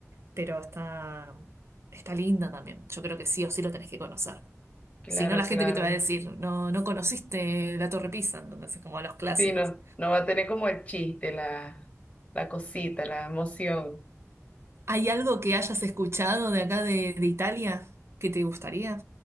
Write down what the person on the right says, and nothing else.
pero está, está linda también. Yo creo que sí o sí lo tenés que conocer.
Si no, la gente
que te va a decir, no, no conociste la Torre Pisa, entonces como a los clásicos.
¿Hay algo que hayas escuchado de acá de, de Italia que te gustaría